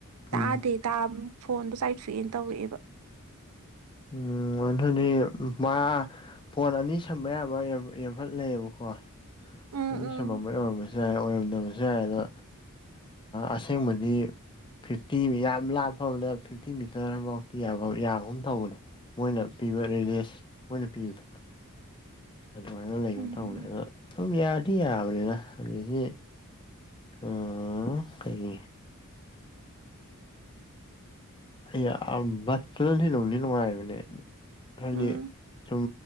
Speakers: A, on the right; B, on the left.
A: ꯇꯥꯗꯦ
B: ꯎꯝ
A: ꯇꯥꯕ ꯐꯣꯟꯗꯣ ꯆꯥꯏꯊꯣꯛꯑꯦꯅ ꯇꯧꯔꯛꯑꯦꯕ
B: ꯎꯝ ꯑꯗꯨꯗꯤ ꯃꯥ ꯐꯣꯟ ꯑꯅꯤ ꯁꯝꯕ ꯌꯥꯕ ꯑꯦꯌꯥꯔꯡꯕꯠ ꯂꯩꯌꯦꯕꯀꯣ
A: ꯎꯝ
B: ꯑꯅꯤ
A: ꯎꯝ
B: ꯁꯝꯃꯝꯕꯩ ꯑꫭꯏꯔꯝꯃꯁꯦ ꯌꯥꯏ ꯑꯣꯏꯔꯝꯗꯕꯁꯨ ꯌꯥꯏ ꯑꯗꯣ ꯑꯁꯦꯡꯕꯗꯤ ꯐꯤꯐꯇꯤ ꯌꯥꯝ ꯂꯥꯞ ꯐꯕꯗ ꯐꯤꯐꯇꯤ ꯃꯤꯇꯔ ꯑꯗꯨꯐꯥꯎꯗꯤ ꯌꯥꯒꯨꯝ ꯇꯧꯕꯅꯦ ꯃꯣꯏꯅ ꯄꯤꯕ ꯔꯤꯂꯤꯁ ꯃꯣꯏꯅ ꯄꯤꯕꯗ ꯑꯗꯨꯃꯥꯏꯅ ꯂꯩꯒ
A: ꯎꯝ
B: ꯇꯧꯅꯦ ꯑꯗꯣ ꯁꯨꯝ ꯌꯥꯗꯤ ꯌꯥꯕꯅꯤꯅ ꯑꯗꯨꯗꯒꯤ ꯑ ꯀꯩ ꯑꯩ ꯌꯥꯝ ꯕꯠꯇꯨꯅꯗꯤ ꯅꯨꯡꯗꯤ ꯅꯨꯡꯉꯥꯏꯕꯅꯦ ꯍꯥꯏꯗꯤ
A: ꯎꯝ
B: ꯁꯨꯝ